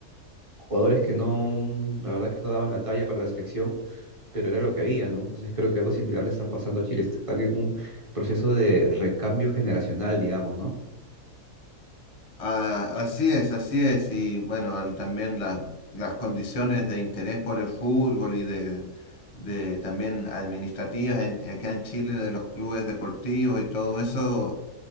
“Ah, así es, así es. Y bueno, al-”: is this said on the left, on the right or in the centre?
Left